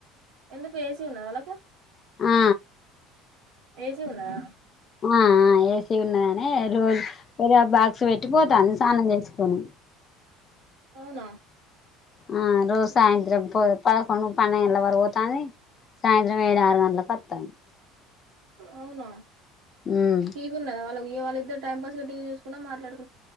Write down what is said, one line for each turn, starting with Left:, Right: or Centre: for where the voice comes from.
Right: ఎందుకు ఏసీ ఉందా వాళ్ళకు
Left: ఆ
Right: ఏసి ఉన్నదా
Left: ఆ ఆ ఏసీ ఉన్నదనే రోజు ఇగ బ సొ పెట్టి పోతాంది స్నానం చేసుకొని
Right: అవునా
Left: ఆ రోజు సాయంత్రం పొ పదకొండు పన్నెండు గంటల వరకు పోతాంది సాయంత్రం ఏడు ఆరు గంటలకు అత్తాంది
Right: అవునా
Left: ఉమ్
Right: టీవున్నదా వాళ్ళవీ ఇగ వాళ్ళిద్దరు టైంపాస్గా టీవీ చూకున్నా మాట్లాడు